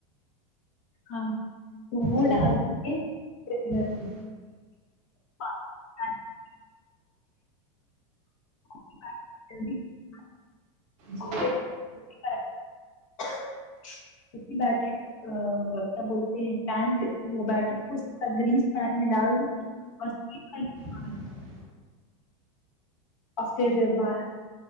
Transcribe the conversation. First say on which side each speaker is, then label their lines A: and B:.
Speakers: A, on the left; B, on the right.
A: ہاں تو وہ
B: جی
A: ڈال د <inaudible>
B: جی
A: <inaudible> <inaudible>
B: جی ہوں
A: اور پھر بارہ